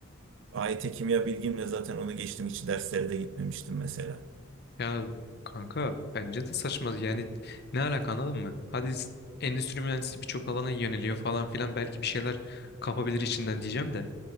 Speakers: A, on the right; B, on the left.
A: AYT kimya bilgimle zaten onu geçtim. Hiç derslere de gitmemiştim mesela.
B: Ya kanka bence de saçma. Yani ne alaka anladın mı? Hadi s- endüstri mühendisliği birçok alana yöneliyor falan filan. Belki bir şeyler kapabilir içinden diyeceğim de.